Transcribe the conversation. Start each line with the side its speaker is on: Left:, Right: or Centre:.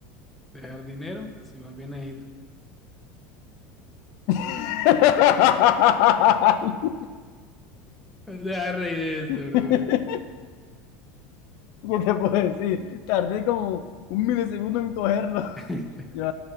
Centre: ¿Dejar dinero? Si más bien ahí.
Left: <laughs>
Centre: Deja reír eso, brother.
Left: ¿Qué te puedo decir? Tardé como un milisegundo en cogerlo.
Centre: <laughs>
Left: Yo,